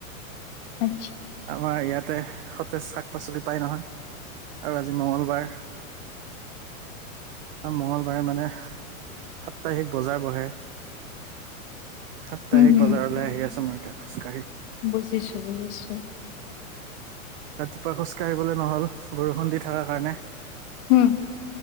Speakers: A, on the left (about 50°); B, on the right (about 40°).
A: হয়
B: আমাৰ ইয়াত তে সতেজ শাক পাচলি পাই নহয় আৰু আজি মঙগলবাৰ আৰু মঙ্গলবাৰে মানে সাপ্তাহিক বজাৰ বহে সাপ্তাহিক
A: হুম, হুম।
B: বজাৰলৈ আহি আছো মই এতিয়া খোজকাঢ়ি
A: বুজিছো, বুজিছো।
B: ৰাতিপুৱা খোজ কাঢ়িবলে নহল বৰষুণ দি থকাৰ কাৰণে
A: হোম